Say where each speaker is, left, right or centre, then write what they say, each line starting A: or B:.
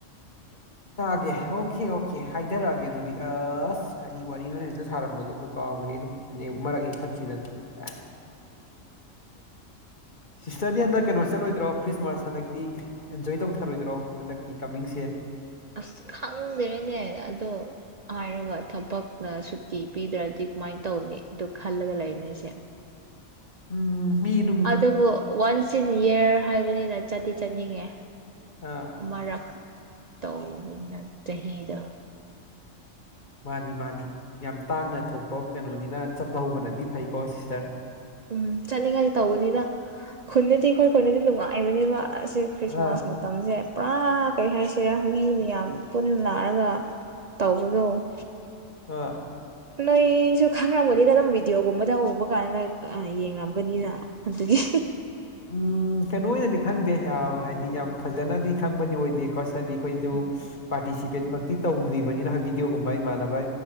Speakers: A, on the left; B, on the right.
A: ꯇꯥꯒꯦ ꯑꯣꯈꯦ ꯑꯣꯈꯦ ꯍꯥꯏꯗꯔꯛꯑꯒꯦ ꯑꯗꯨꯗꯤ ꯑ ꯀꯔꯤ ꯋꯥꯔꯤꯅꯣꯅꯦ ꯍꯧꯖꯤꯛꯇꯥ ꯁꯥꯔꯝꯕꯗꯨꯕꯨ ꯀꯥꯎꯒ꯭ꯔꯦꯅꯦ ꯅꯦ ꯃꯔꯛ ꯍꯦꯛ ꯊꯠꯈꯤꯗꯅ ꯀꯥꯏ ꯁꯤꯁꯇꯔꯗꯤ ꯍꯟꯗꯛ ꯀꯩꯅꯣ ꯆꯠꯂꯣꯏꯗ꯭ꯔꯣ ꯈ꯭ꯔꯤꯁꯃꯥꯁ ꯍꯟꯗꯛꯇꯤ ꯑꯦꯟꯖꯣꯏ ꯇꯧꯊꯔꯣꯏꯗ꯭ꯔꯣ ꯍꯟꯗꯛꯀꯤ ꯀꯃꯤꯡꯁꯦ
B: ꯑꯁ ꯈꯪꯗꯦꯅꯦ ꯑꯗꯣ ꯍꯥꯏꯔꯒ ꯊꯕꯛꯅ ꯁꯨꯇꯤ ꯄꯤꯗ꯭ꯔꯗꯤ ꯀꯃꯥꯏꯅ ꯇꯧꯅꯤ ꯑꯗꯨ ꯈꯜꯂꯒ ꯂꯩꯕꯅꯦ ꯑꯩꯁꯦ
A: ꯎꯝ ꯃꯤꯗꯨ
B: ꯑꯗꯨꯕꯨ ꯋꯥꯟꯁ ꯏꯟ ꯏꯌꯥꯔ ꯍꯥꯏꯕꯅꯤꯅ ꯆꯗꯤꯤ ꯆꯠꯅꯤꯡꯉꯦ
A: ꯑꯥ
B: ꯃꯔꯛ ꯇꯧꯅ ꯆꯍꯤꯗ
A: ꯃꯥꯅꯤ ꯃꯥꯅꯤ ꯌꯥꯝ ꯇꯥꯡꯅ ꯊꯣꯛꯄ ꯀꯩꯅꯣꯅꯤꯅ ꯆꯠꯄ ꯍꯧꯕꯅꯗꯤ ꯐꯩꯀꯣ ꯁꯤꯁꯇꯔ
B: ꯎꯝ ꯆꯠꯅꯤꯡꯉꯥꯏꯅꯤ ꯇꯧꯕꯅꯤꯅ ꯈꯨꯟꯅꯗꯤ ꯑꯩꯈꯣꯏ ꯈꯨꯅꯗꯤ ꯅꯨꯡꯉꯥꯏꯕꯅꯦꯕ ꯑꯁꯤ ꯈ꯭ꯔꯤꯁꯃꯥꯁꯃꯨꯛꯇꯤ
A: ꯑꯥ
B: ꯃꯇꯝꯁꯦ ꯄꯨꯔꯥ ꯀꯩ ꯍꯥꯏꯁꯤꯔꯥ ꯃꯤ ꯃꯌꯥꯝ ꯄꯨꯟꯅ ꯂꯥꯛꯑꯒ ꯇꯧꯕꯗꯣ
A: ꯑꯥ
B: ꯅꯣꯏꯁꯨ ꯈꯪꯉꯝꯒꯅꯤꯅ ꯑꯗꯨꯝ ꯚꯤꯗꯤꯑꯣꯒꯨꯝꯕꯗ ꯎꯕ ꯀꯥꯟꯗ ꯑ ꯌꯦꯡꯝꯒꯅꯤꯗ ꯑꯗꯨꯒꯤ
A: ꯎꯝ ꯀꯩꯅꯣ ꯑꯣꯏꯅꯗꯤ ꯈꯪꯗꯦ ꯌꯥꯝ ꯍꯥꯏꯗꯤ ꯌꯥꯝ ꯐꯖꯅꯗꯤ ꯈꯪꯕꯗꯤ ꯑꯣꯏꯗꯦꯀꯣ ꯁꯗꯤ ꯍꯣꯏꯗꯨ
B: ꯎꯝ
A: ꯄꯥꯔꯇꯤꯁꯤꯄꯦꯠ ꯃꯛꯇꯤ ꯇꯧꯗ꯭ꯔꯤꯕꯅꯤꯅ ꯚꯤꯗꯤꯑꯣꯒꯨꯝꯕ ꯏꯃꯥꯟꯅꯕ